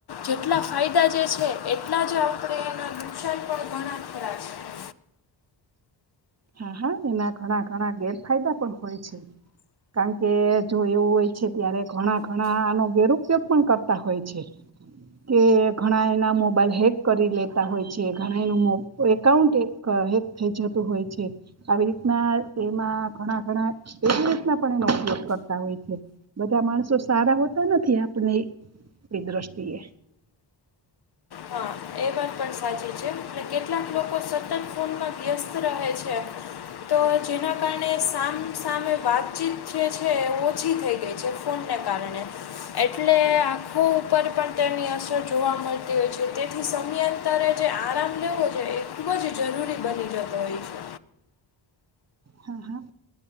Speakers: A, on the left; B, on the right.
A: જેટલા ફાયદા જે છે એટલા જ આપણે એના નુકસાન પણ ઘણા કરા છે ને.
B: હા હા એના ઘણા ઘણા ગેરફાયદા પણ હોય છે કારણ કે જો એવું હોય છે ત્યારે ઘણા ઘણા આનો ગેરઉપયોગ પણ કરતા હોય છે કે ઘણા એના મોબાઈલ હેક કરી લેતા હોય છે ઘણા એનું એકાઉન્ટ હેક થઈ જતું હોય છે. તે આવી રીતના એમાં ઘણા ઘણા એવી રીતના પણ એનો ઉપયોગ કરતા હોય છે બધા માણસો સારા હોતા નથી આપની એ દ્રષ્ટિએ.
A: હા એ વાત પણ સાચી છે અને કેટલાક લોકો સતત ફોનમાં વ્યસ્ત રહે છે તો જેના કારણે સામ સામે વાતચીત જે છે એ ઓછી થઈ ગઈ છે ફોનને કારણે. એટલે આખું પર પણ તેની અસર જોવા મળતી હોય છે તે થી સમયાંતરે જે આરામ લેવો જોઈએ ખૂબ જ જરૂરી બની જતો હોય છે.
B: હા હા